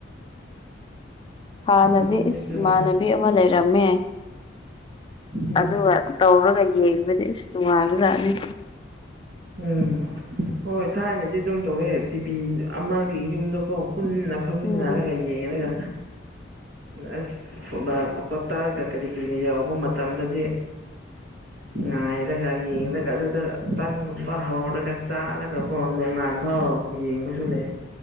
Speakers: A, on the left; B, on the right.
A: ꯍꯥꯟꯅꯗꯤ
B: ꯑꯗꯨꯅꯦ
A: ꯏꯁ
B: ꯈꯪꯉꯦ
A: ꯏꯃꯥꯟꯅꯕꯤ ꯑꯃ ꯂꯩꯔꯝꯃꯦ
B: ꯎꯝ
A: ꯑꯗꯨꯒ ꯇꯧꯔꯒ ꯌꯦꯡꯕꯗꯤ ꯑꯁ ꯅꯨꯡꯉꯥꯏꯕꯖꯥꯠꯅꯤ
B: ꯎꯝ ꯍꯣꯏ ꯍꯢꯊꯥꯏꯅꯗꯤ ꯑꯗꯨꯝ ꯇꯧꯋꯦ ꯇꯤꯚꯤ ꯑꯃꯒꯤ ꯌꯨꯝꯗꯀꯣ ꯄꯨꯟꯅ ꯐꯝꯃꯤꯟꯅꯔꯒ
A: ꯎꯝ
B: ꯌꯦꯡꯉ ꯌꯦꯉꯒ ꯑꯁ <unintelligible> ꯇꯥꯔꯒ ꯀꯔꯤ ꯀꯔꯤ ꯌꯥꯎꯕ ꯃꯇꯝꯗꯗꯤ ꯉꯅꯥꯏꯔꯒ ꯌꯦꯡꯒ ꯑꯗꯨꯗ ꯇꯟꯒꯨꯝꯕ ꯍꯧꯔꯒ ꯆꯥꯔꯒ ꯑ ꯀꯣ ꯅꯣꯡꯉꯥꯟ ꯐꯥꯎ ꯌꯦꯡꯕꯁꯨ ꯂꯩ